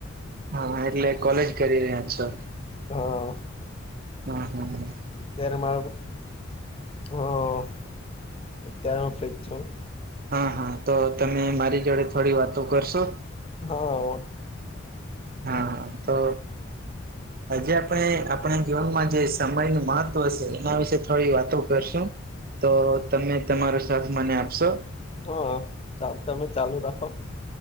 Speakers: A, on the right; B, on the left.
A: હા એટલે કોલેજ કરી રહ્યા છો?
B: હા
A: હા હા હમ્મ
B: અત્યારે મારે હહ અત્યારે હું ફ્રી જ છું.
A: હા હા તો તમે મારી જોડે થોડી વાતો કરશો?
B: હા
A: હા હા તો આજે આપણે આપણા જીવનમાં જે સમયનું મહત્વ છે એના વિશે થોડી વાતો કરશું? તો તમે તમારો સાથ મને આપશો?
B: હા સાબ તમે ચાલુ રાખો.